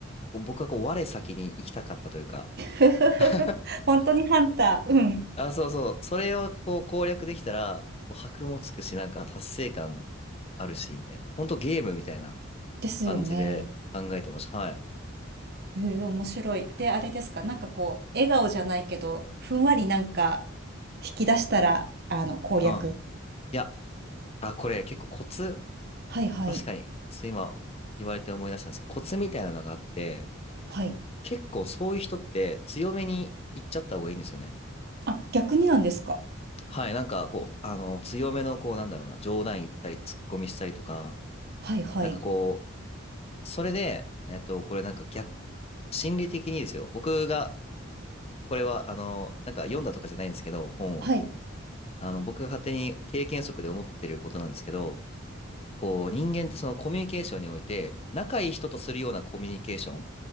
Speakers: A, on the left; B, on the right.
A: こう僕はこう、我先に行きたかったというか、<laughs>
B: ふふふふ。<laughs> 本当にハンター。うん。
A: あ、そうそう、それをこう攻略できたら、こう、箔もつくし、なんか達成感あるし、みたいな。ほんとゲームみたいな
B: ですよね。
A: 感じで考えてました。はい。
B: へえ、面白い。で、あれですか、なんかこう、笑顔じゃないけど、ふんわりなんか、引き出したら、あの、攻略。
A: うん。いや、あ、これ結構コツ
B: はいはい。
A: 確かに、ちょっと今言われて思い出したんですけど、コツみたいなのがあって、
B: はい。
A: 結構そういう人って強めに言っちゃった方がいいんですよね。
B: あ、逆になんですか。
A: はい、なんかこう、あの、強めのこう、なんだろうな、冗談言ったり、突っ込みしたりとか、
B: はいはい。
A: なんかこう、それで、えっと、これなんか逆、心理的にですよ、僕が、これは、あの、なんか読んだとかじゃないんですけど、本を、
B: はい。
A: あの、僕が勝手に経験則で思ってることなんですけど、こう、人間ってそのコミュニケーションにおいて、仲いい人とするようなコミュニケーション、